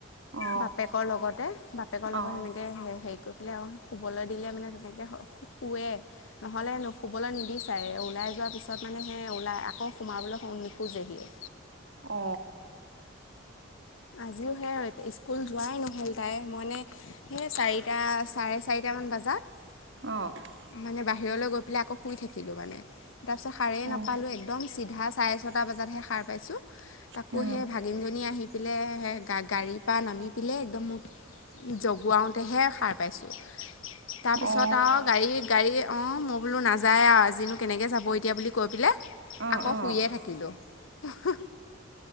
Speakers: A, on the right; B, on the left.
A: অ
B: বাপেকৰ লগতে বাপেকৰ লগত
A: অ
B: সেনেকৈ হেৰি কৰি শুবলৈ দিলে মানে তেনেকে শুৱে, নহ'লে নু শুবলৈ নিবিচাৰে ওলাই য যোৱাৰ পিছত মানে সেই ওলাই আকৌ সোমাবলৈ নোখোজেই।
A: অ
B: আজিও সেই আৰু স্কুল যোৱাই নহ'ল তাই মানে সেই চাৰিটা চাৰে চাৰিটামান বজাত।
A: অ
B: মানে বাহিৰলৈ গৈ পেলাই আকৌ শুই থাকিলো মানে। তাৰ পিছত সাৰেই
A: অ
B: নাপালো একদম চিধা চাৰে ছটা বজাতহে সাৰ পাইছো। তাকো
A: অ
B: সেই ভাগিনজনী আহি পেলাই গাড়ীৰ পৰা নামি পেলাই একদম জগোৱাওঁতেহে সাৰ পাইছোঁ। তাৰপিছত
A: অ
B: আৰু গাড়ী গাড়ী অ মোক- বোলো নাযায় আৰু আজিনো কেনেকৈ যাব এতিয়া বুলি কৈ পেলাই
A: অ
B: আকৌ
A: অ
B: শুইয়ে থাকিলোঁ। হ